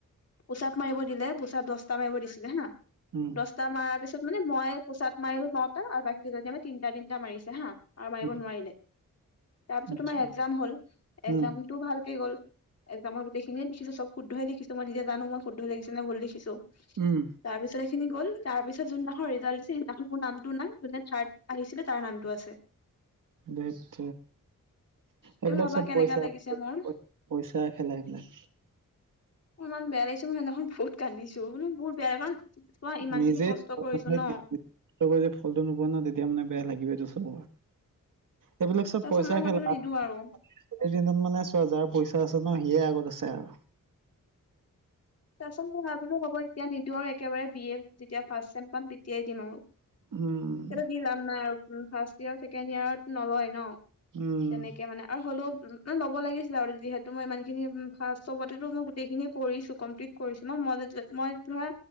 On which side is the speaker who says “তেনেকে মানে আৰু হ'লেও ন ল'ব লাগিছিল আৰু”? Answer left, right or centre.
Left